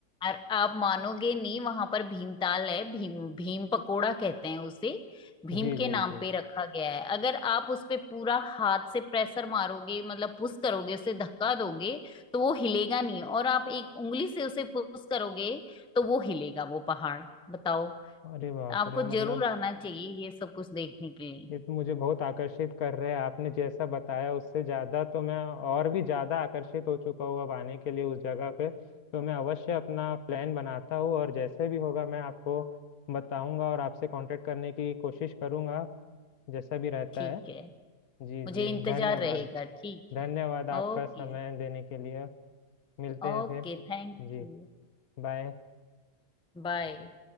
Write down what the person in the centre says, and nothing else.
और आप मानोगे नहीं वहां पर भीमताल है भीम भीम पकोड़ा कहते हैं उसे भीम
के
नाम
पे रखा गया है अगर आप उस पे पूरा हाथ से प्रेशर मारोगे मतलब पुश करोगे उसे धक्का दोगे तो वो हिलेगा नहीं और आप एक उंगली से उसे पुश करोगे तो वो हिलेगा वो पहाड़ बताओ
आपको
जरूर आना चाहिए ये सब कुछ देखने के लिए
ठीक
है
मुझे
इंतजार
रहेगा ठीक
है
Okay
Okay
thank
you
Bye